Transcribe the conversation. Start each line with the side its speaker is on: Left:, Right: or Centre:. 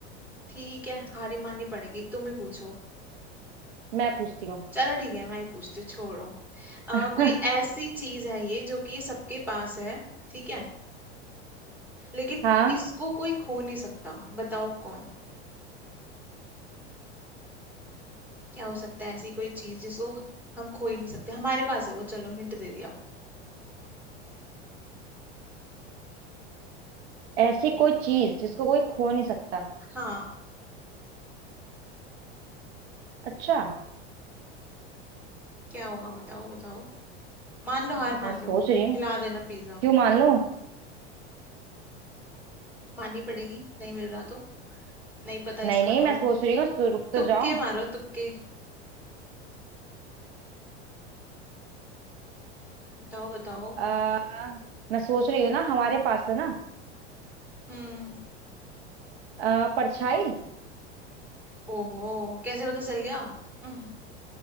Centre: ठीक है हारी माननी पड़ेगी तुम ही पूछो
Right: मैं पूछती हूँ
Centre: चलो ठीक है मैं ही पूछती हूँ छोड़ो आ,
Right: <laughs>
Centre: कोई ऐसी चीज है ये जो कि ये सबके पास है ठीक है लेकिन
Right: हाँ
Centre: इसको कोई खो नहीं सकता बताओ कौन क्या हो सकता है ऐसी कोई चीज जिसको हम खो ही नहीं सकते हमारे पास है वो चलो हिंट दे दिया
Right: ऐसी कोई चीज जिसको कोई खो नहीं सकता
Centre: हाँ
Right: अच्छा
Centre: क्या होगा बताओ बताओ मान लो
Right: मैं
Centre: हार मान
Right: सोच
Centre: लो
Right: रही हूँ
Centre: खिला देना पिज्जा
Right: क्यों मान लो
Centre: माननी पड़ेगी नहीं मिल रहा तो नहीं पता
Right: नहीं
Centre: इसका
Right: नहीं मैं
Centre: तो
Right: सोच रही हूँ सो- रुक तो
Centre: तुक्के
Right: जाओ
Centre: मारो तुक्के बताओ बताओ
Right: आ, मैं सोच रही हूँ ना हमारे पास है ना
Centre: हम्म
Right: अ, परछाई
Centre: ओहो कैसे पता चल गया <laughs>